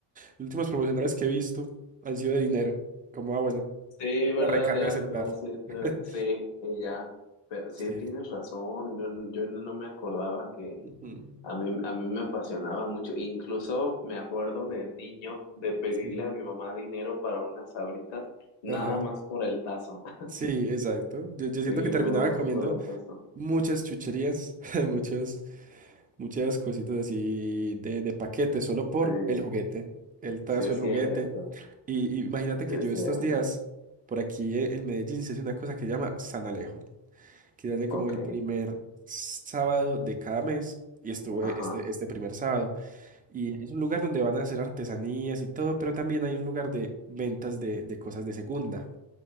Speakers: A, on the right; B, on the left.
A: Los últimos promocionales que he visto han sido de dinero. Como, ah, bueno,
B: Sí, verdad,
A: una recarga
B: ya.
A: de celular.
B: ya, Sí,
A: <laughs>
B: te- sí, y ya. Pero sí
A: Sí.
B: tienes razón. Yo, yo no me acordaba que
A: Ujú.
B: a mí, a mí me apasionaba mucho. Incluso me acuerdo
A: Sí.
B: de niño de pedirle
A: sí.
B: a mi mamá dinero para unas sabritas, nada
A: Ajá.
B: más por el tazo. <laughs>
A: Sí, exacto. Yo, yo
B: Sí,
A: siento que terminaba
B: nada más
A: comiendo
B: por el tazo.
A: muchas chucherías, <laughs> muchos muchas cositas así de, de paquete, solo
B: Sí,
A: por el juguete, el tazo,
B: sí es
A: el
B: cierto.
A: juguete. Y, y imagínate que
B: Sí, es
A: yo
B: cierto.
A: estos días, por aquí eh, en Medellín, se hace una cosa que se llama San Alejo, que se hace como
B: Ok,
A: el primer sábado de cada mes, y estuve
B: ajá.
A: este, este primer sábado. Y es un lugar donde van a hacer artesanías y todo, pero también hay un lugar de ventas de, de cosas de segunda.